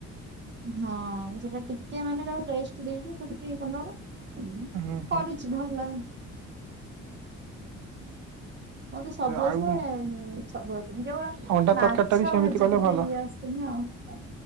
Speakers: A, on the right; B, on the right.
A: ହଁ ସେଟା ଟିକେ ମାନେ ରେଷ୍ଟ ଦେଇଛି ସେ ଟିକ ଭଲ କରିଚି।
B: ହୁଁ ହୁଁ
A: ଭଲ। ମତେ ସବୁ ଆସେ,
B: ଆଉ
A: ଏ ସବୁ ଆସେ ଯୋଉ ରା
B: ଅଣ୍ଡା
A: ମାଛ
B: ତରକାରୀ ଟା ବି ସେମିତି
A: ଭାଜି
B: କଲେ
A: ଟିକେ
B: ଭଲ।
A: ଇଏ ଆସିନି ଆଉ।